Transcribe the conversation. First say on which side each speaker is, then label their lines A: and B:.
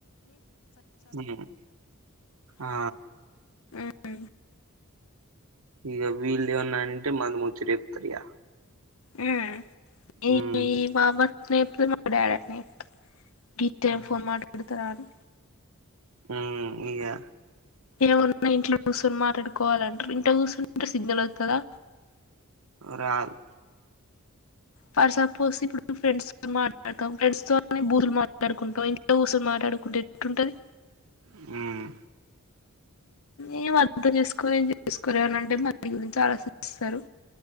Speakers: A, on the right; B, on the left.
A: ఉమ్ ఆ
B: <unintelligible> హ్మ్
A: ఇక వీళ్ళ ఏవన్నాంటె మండిముచ్చట చెప్తారు ఇగ
B: హ్మ్ <unintelligible>
A: ఉమ్
B: మా డాడీ అట్నే చెప్తాడు గీ టైమ్ ల ఫోన్ మాట్లాడతరా అని
A: హ్మ్ ఇగా
B: ఏమన్నా ఇంట్లో కూర్చొని మాట్లాడుకోవాలింటారు ఇంట్ కూర్చంటే సిగ్నల్ ఒస్తాదా
A: రాదు
B: పీ సపోజ్ ఇప్పుడు ఫ్రెండ్స్ తో మాట్లాడతాం ఫ్రెండ్స్ తో బూతులు మాట్లాడుతాం ఇంట్లో కూసుని మాట్లాడుకుంటే ఎట్లుంటది
A: హ్మ్
B: ఏం అర్థం చేసుకోరూ ఏం చేసుకోరు ఏమన్నా అంటే మంది గురించి ఆలోచిస్తారు